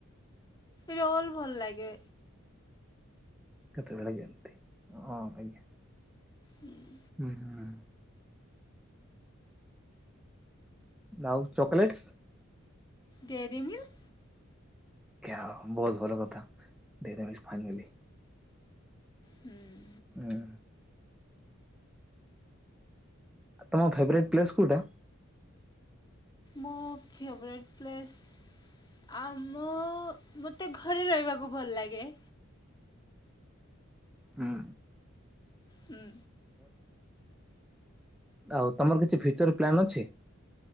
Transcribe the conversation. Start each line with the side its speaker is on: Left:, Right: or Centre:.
Left: ରୋଲ ଭଲ ଲାଗେ।
Centre: କେତେବେଳେ କେନ୍ତି ହଁ ଆଜ୍ଞା।
Left: ହୁଁ <unintelligible>
Centre: ହୁଁ ହୁଁ। ଆଉ ଚକଲେଟ୍ସ୍?
Left: ଡେରି ମିଲ୍କ।
Centre: କ୍ୟା ଆଉ ବହୁତ ଭଲ କଥା ଡେରି ମିଲ୍କ ଫ୍ୟାମିଲି।
Left: ହୁଁ।
Centre: ଆଁ। ତମ ଫେବରେଟ୍ ପ୍ଲେସ କେଉଟା?
Left: ମୋ ଫେଭରାଇଟ ପ୍ଲେସ୍ ଆମ ମୋତେ ଘରେ ରହିବାକୁ ଭଲ ଲାଗେ।
Centre: ଉଁ।
Left: ହୁଁ।
Centre: ଆଉ ତମର କିଛି ଫ୍ୟୁଚର ପ୍ଲାନ୍ ଅଛି?